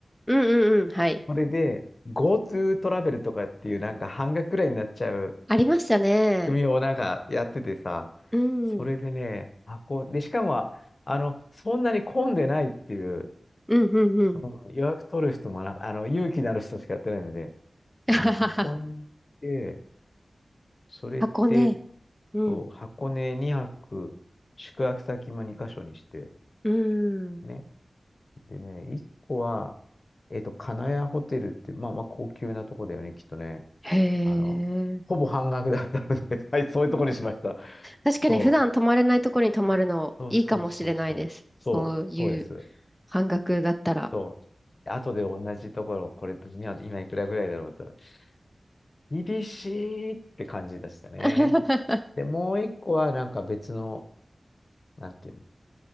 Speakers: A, in the centre; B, on the left (about 50°).
A: うんうんうん。はい。
B: それで、GoTo トラベルとかっていうなんか半額ぐらいになっちゃう
A: ありましたね。
B: 仕組みをなんかやっててさ、
A: うん。
B: それでね、
A: うん
B: あ、こう、で、しかも、あの、そんなに混んでないっていう、
A: うんうん。
B: うん予約取る人もな、あの、勇気のある人しかやってないので、
A: <laughs>
B: でね、
A: あはは
B: 箱根に行って、それで、
A: 箱ね。うん。
B: そう箱根2泊、宿泊先も2カ所にして、
A: うん。
B: ね。でね、一個は、えっと、金谷ホテルって、まあまあ高級なとこだよね、きっとね。
A: へえ。
B: あの、ほぼ半額だったので <laughs> はい、そういうとこにしました。
A: 確かに普段泊まれないとこに泊まるのいいかもしれないです。
B: そう、そうそうそうそう、
A: そういう
B: そう、そうです。
A: 半額だったら。
B: そう。後で同じところ、これ、今今いくらぐらいだろうって言ったら、厳しいって感じでしたね。
A: <laughs>
B: で、もう一個は、なんか別の、なんていうの、